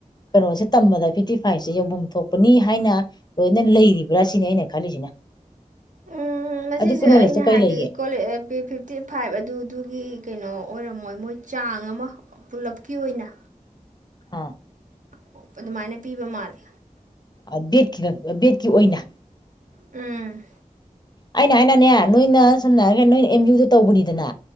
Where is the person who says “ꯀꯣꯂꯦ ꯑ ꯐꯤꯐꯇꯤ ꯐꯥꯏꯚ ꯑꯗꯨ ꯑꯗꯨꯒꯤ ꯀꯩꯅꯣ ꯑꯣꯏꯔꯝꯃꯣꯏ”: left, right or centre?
Right